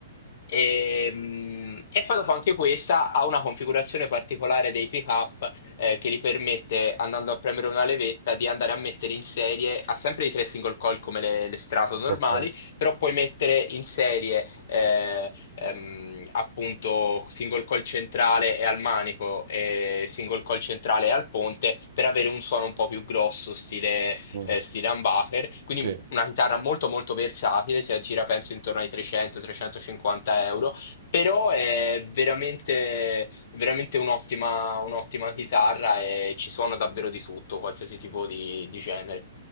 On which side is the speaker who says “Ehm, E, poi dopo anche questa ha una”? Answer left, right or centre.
Left